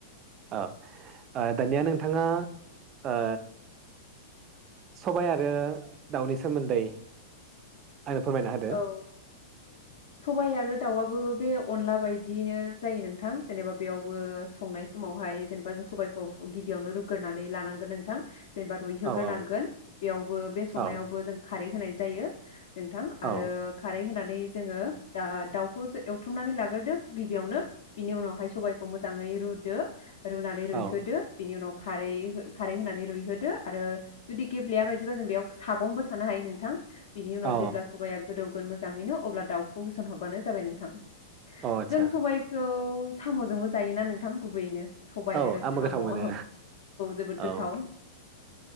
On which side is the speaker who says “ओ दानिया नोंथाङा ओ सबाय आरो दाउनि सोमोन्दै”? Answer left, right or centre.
Right